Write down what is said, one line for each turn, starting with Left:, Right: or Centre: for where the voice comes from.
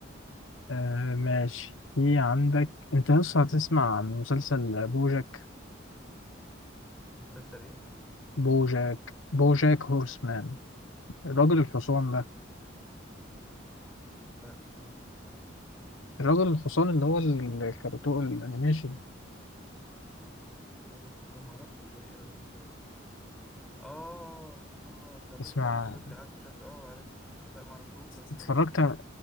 Left: آه ماشي في عندك انت لسه هتسمع عن مسلسل بوجاك
Centre: مسلسل ايه؟
Left: بوجاك بوجاك هورسمان الراجل
Centre: بوشك
Left: الحصان ده
Centre: لا مش عارفه بصراحة استنى كده
Left: الراجل الحصان اللي هو الكرتون الانيميشن
Centre: راجل حسام معرفش صدقني ايه راجل حسام ده اه اه سرشت
Left: تسمع
Centre: عليه دلوقتي عارف شكله اه عرفت شكله لا معرفوش ولا سمعته
Left: اتفرجت
Centre: بصراحة
Left: على-